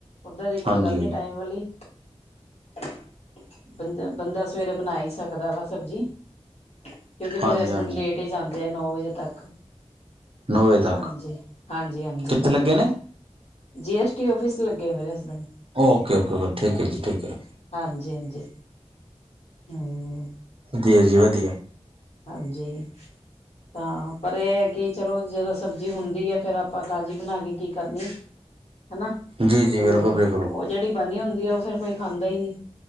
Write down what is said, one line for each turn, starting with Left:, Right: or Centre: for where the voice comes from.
Left: ਓਦਾਂ ਦੀ ਕੋਈ
Right: ਹਾਂਜੀ
Left: ਗੱਲ ਨੀ ਟਾਈਮ ਵਾਲੀ। <unintelligible> ਬੰਦਾ ਬੰਦਾ ਸਵੇਰੇ ਬਣਾ ਹੀ ਸਕਦਾ ਵਾ ਸਬਜ਼ੀ। ਕਿਉਂਕਿ
Right: ਹਾਂਜੀ
Left: ਮੇਰੇ ਹਸਬੈਂਡ
Right: ਹਾਂਜੀ
Left: ਲੇਟ ਹੀ ਜਾਂਦੇ ਆ ਨੌ ਵਜੇ ਤੱਕ
Right: ਨੌ ਵਜੇ ਤੱਕ
Left: ਹਾਂਜੀ ਹਾਂਜੀ ਹਾਂਜੀ।
Right: ਕਿੱਥੇ ਲੱਗੇ ਨੇ
Left: ਜੀ ਐਸ ਟੀ ਓਫਿਸ ਲੱਗੇ ਮੇਰੇ ਹਸਬੈਂਡ।
Right: ਓਕੇ ਓਕੇ ਓ ਠੀਕ ਹੈ ਜੀ ਠੀਕ ਹੈ।
Left: ਹਾਂਜੀ, ਹਾਂਜੀ। ਹਮ।
Right: ਵਧੀਆ ਜੀ ਵਧੀਆ
Left: ਹਾਂਜੀ ਤਾਂ ਪਰ ਇਹ ਹੈ ਕਿ ਚਲੋ ਜਦੋਂ ਸਬਜ਼ੀ ਹੁੰਦੀ ਹੈ ਫੇਿਰ ਆਪਾਂ ਤਾਜ਼ੀ ਬਣਾ ਕੇ ਕੀ ਕਰਨੀ ਹਨਾ
Right: ਜੀ ਜੀ
Left: ਫੇਰ
Right: ਬਿਲਕੁਲ ਬਿਲਕੁਲ
Left: ਉਹ ਜਿਹੜੀ ਬਣੀ ਹੁੰਦੀ ਉਹ ਫੇਰ ਕੋਈ ਖਾਂਦਾ ਦਨੀ